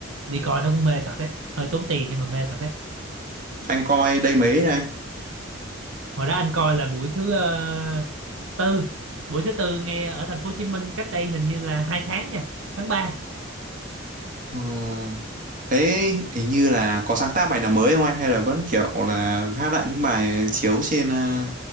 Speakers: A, on the right; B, on the right.
A: đi coi nó cũng mê thật đấy hơi tốn tiền nhưng mà mê thật đấy
B: Anh coi đây mấy này.
A: hồi đó anh coi là buổi thứ ờ, tư buổi thứ tư ngay ở thành phố Hồ Chí Minh cách đây hình như là hai tháng nha tháng 3
B: Ừ. Thế hình như là có sáng tác bài nào mới không anh hay là vẫn kiểu là hát lại những bài chiếu trên ờ,